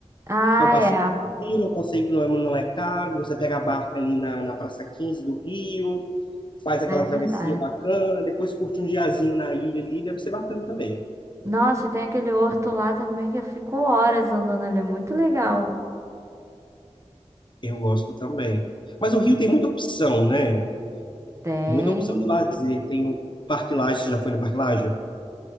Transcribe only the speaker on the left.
Então, passeio
tranquilo, um passeio que não é, não é caro, você pega a barca ali na, na Praça quinze do Rio, faz aquela
travessia bacana, depois curte um diazinho na ilha ali, deve ser bacana também.
Eu gosto também. Mas o Rio tem muita opção, né?
Muita opção de lazer. Tem o Parque Lage, você já foi no Parque Lage?